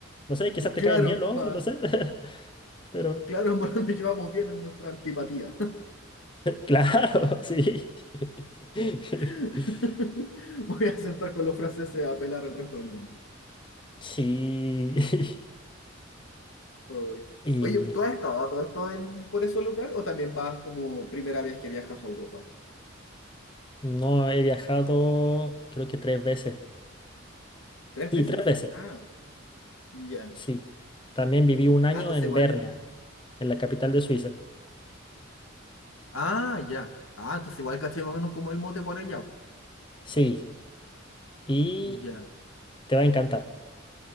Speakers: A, on the left; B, on the left.
A: No sé, quizás te
B: Claro,
A: caen bien los
B: pa,
A: otros, no sé. <laughs> Pero,
B: claro, <laughs> en verdad nos llevamos bien en nuestra antipatía.
A: claro, <laughs> sí. <laughs>
B: <laughs> Voy a sentar con los franceses a apelar al resto del mundo.
A: Sí. <laughs>
B: Uy.
A: Y
B: Oye, ¿tú has estado a todo esto en, por esos lugares o también vas como primera vez que viajas a Europa?
A: no he viajado, creo que tres veces.
B: ¿Tres
A: Sí,
B: veces?
A: tres veces.
B: Ah, ya.
A: Sí. También viví un año
B: Ah, entonces
A: en
B: igual...
A: Berna, en la capital de Suiza.
B: Ah, ya. Ah, entonces igual caché más o menos como el mote por allá.
A: Sí. Y
B: Ya.
A: te va a encantar.